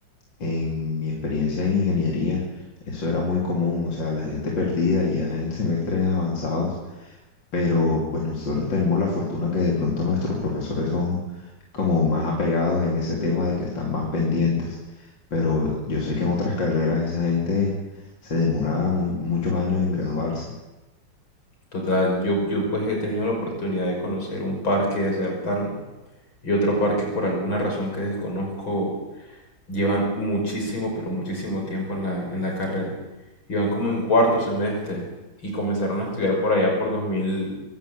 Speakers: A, on the left; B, on the left.
A: en mi experiencia en ingeniería, eso era muy común, o sea, la gente perdida ya en semestres avanzados, pero pues nosotros tenemos la fortuna que de pronto nuestros profesores son como más apegados en ese tema de que están más pendientes. Pero yo sé que en otras carreras esa gente se demoraba mu- muchos años en graduarse.
B: total. Yo, yo pues he tenido la oportunidad de conocer un par que desertaron y otro par que por alguna razón que desconozco llevan muchísimo, pero muchísimo tiempo en la, en la carrera. Iban como en cuarto semestre y comenzaron a estudiar por allá por 2000,